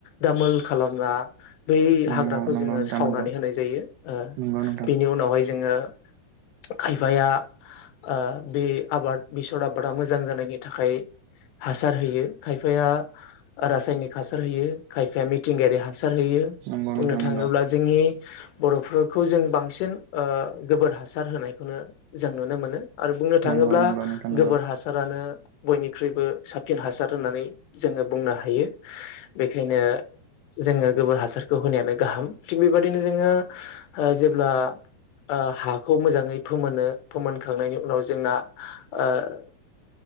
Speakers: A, on the left; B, on the right.
A: दामोल खालामना बै
B: नंगौ
A: हाग्राखौ जोङो
B: नोंथां
A: सावनानै
B: नंगौ
A: होनाय जायो। ओ
B: नंगौ नोंथां
A: बिनि उनावहाय जोङो खायफाया ओ बे आबाद बेसर आबादा मोजां जानायनि थाखाय हासार होयो, खायफाया रासायनिक हासार होयो, खायफाया मिथिंगायारि हासार होयो
B: नंगौ नोंथां
A: बुंनो थाङोब्ला
B: नंगौ
A: जोंनि बर'फोर खौ जों बांसिन ओ गोबोर हासार होनायखौनो जों नुनो मोनो। आरो बुंनो थाङोब्ला
B: नंगौ नंगौ नोंथां नंगौ
A: गोबोर हासारानो बयनिख्रुइबो साबसिन हासार होननानै जोङो बुंनो हायो। बेखायनो जोङो गोबोर हासारखौ होनायानो गाहाम। थिग बेबदिनो जोङो ओ जेब्ला ओ हाखौ मोजाङै फोमोनो फोमोनखांनायनि उनाव जोंना ओ